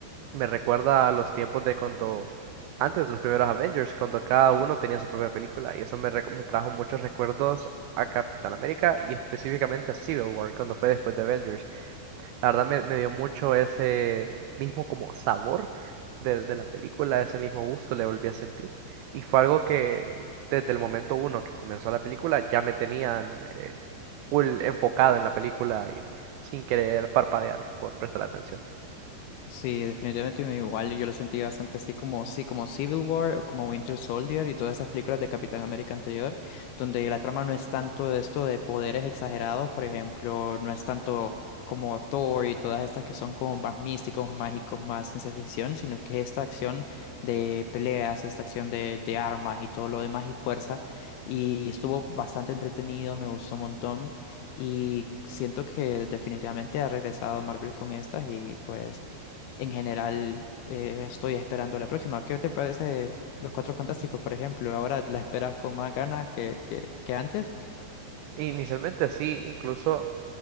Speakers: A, on the right (about 85°); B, on the left (about 80°).
A: me recuerda a los tiempos de cuando, antes de los primeros Avengers, cuando cada uno tenía su propia película, y eso me, reco- me trajo muchos recuerdos a Capitán América y específicamente a Civil War, cuando fue después de Avengers. La verdad me, me dio mucho ese mismo como sabor de, de la película, ese mismo gusto le volví a sentir. Y fue algo que desde el momento uno que comenzó la película ya me tenían eh, full enfocado en la película y sin querer parpadear por prestar atención.
B: Sí, definitivamente me- igual yo lo sentí bastante así como, sí, como Civil War o como Winter Soldier y todas esas películas de Capitán América anterior, donde la trama no es tanto de esto de poderes exagerados, por ejemplo, no es tanto como Thor y todas estas que son como más místicos, más mágicos, más ciencia ficción, sino que esta acción de peleas, esta acción de, de armas y todo lo demás y fuerza, y estuvo bastante entretenido, me gustó un montón y siento que definitivamente ha regresado Marvel con estas y pues en general eh, estoy esperando la próxima. ¿Qué te parece Los Cuatro Fantásticos, por ejemplo? Ahora la esperas con más ganas que, que, que antes.
A: Inicialmente sí, incluso